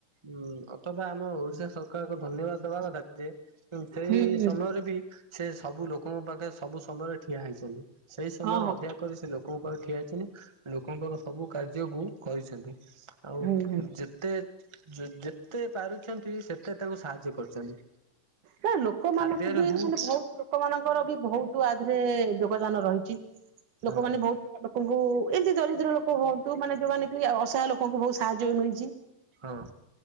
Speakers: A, on the right; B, on the right.
A: ହୁଁ ଅଥବା ଆମ ଓଡିଶା ସରକାରଙ୍କୁ ଧନ୍ୟବାଦ ଦବା କଥା ଯେ ହଁ ସେଇ
B: ହୁଁ ହୁଁ।
A: ସମୟରେ ବି ସେ ସବୁ ଲୋକଙ୍କ ପାଖରେ ସବୁ ସମୟରେ ଠିଆ ହେଇଛନ୍ତି ସେଇ ସମୟରେ
B: ହଁ ହଁ
A: ଅଧିକା କରି ସେ ଲୋ ଲୋକଙ୍କ ପାଖରେ ଠିଆ ହୋଇଛନ୍ତି ଲୋକଙ୍କର ସବୁ କାର୍ଯ୍ୟକୁ କରିଛନ୍ତି ଆଉ
B: ହୁଁ ହୁଁ।
A: ଯେ ଯେତେ ଯେତେ ପାରୁଛନ୍ତି ସେତେ ତାଙ୍କୁ ସାହାଯ୍ୟ କରୁଛନ୍ତି।
B: ନା ଲୋକମାନଙ୍କୁ
A: ଖାଦ୍ୟରେ
B: ବି
A: ହଉ
B: ମାନେ ବହୁତ୍ ଲୋକମାନଙ୍କର ବି ବହୁତ ଆଦେହରେ ଯୋଗଦାନ ରହିଛି
A: ହଁ
B: ଲୋକମାନେ ବହୁତ ଲୋକଙ୍କୁ ଏମିତି ଦରିଦ୍ର ଲୋକ ହୁଅନ୍ତୁ ମାନେ ଯୋଉମାନେ କି ଅସହାୟ ଲୋକଙ୍କୁ ବି ବହୁତ ସାହାଯ୍ୟ ମିଳିଛି।
A: ହଁ।